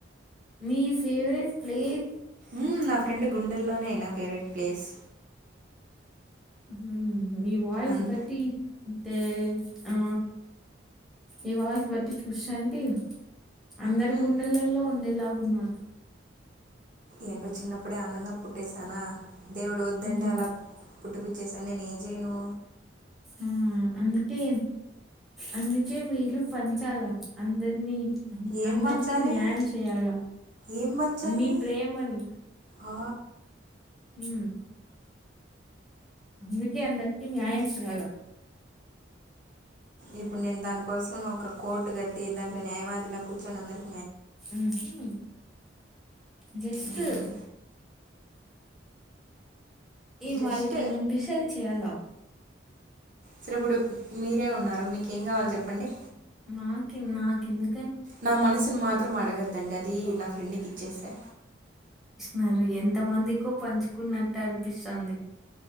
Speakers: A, in the centre; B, on the right (about 45°).
A: మీ ఫేవరెట్ ప్లే
B: ఊ నా ఫ్రెండ్ గుండెల్లోనే నా ఫేవరెట్ ప్లేస్
A: ఉహు మి వాయిస్
B: అన్
A: బట్టి టే ఆ ఇ వాయిస్ బట్టి చూశాంటి అందరు
B: మ్మ్,
A: గుండెలల్లో ఉండేలాగ్ ఉన్నార్
B: ఏంటొ చిన్నప్పుడె అందంగ పుట్టేసాన దేవుడు ఒద్దంటే
A: మ్మ్
B: అల పుట్టిపిచ్చేసాడ్ నేన్ ఏం చైను
A: ఊ అందుకే అందుక్ కె మీరు పంచాల అందర్ని అన్
B: ఏం
A: అందర్కి
B: పంచాలి
A: న్యాయం చెయాల
B: ఏం పంచాలి
A: మి ప్రేమని
B: ఆ,
A: ఉమ్ అందుకే అందర్కి న్యాయం చేయాల
B: ఇప్పుడ్ నేన్ దాన్ కోసం అని ఒక కోర్టు కట్టి దాంట్లొ న్యాయవాదిల కూర్చొని అందరకి
A: ఉహు జిస్కు
B: మ్మ్.
A: ఇగ
B: జస్ట్
A: వాళ్ళక్ ఏం అన్పిస్తె అది చెయాల
B: సరిప్పుడు మీరే ఉన్నారు మీకేం కావాల్ చెప్పండి
A: నాకి నాకెందు
B: నా మనసున్ మాత్రం అడగద్దండి అదీ నా ఫ్రెండుక్ ఇచ్చేసా
A: నరి ఎంత మందికో పంచుకున్నట్ట్ అన్పిస్తుంది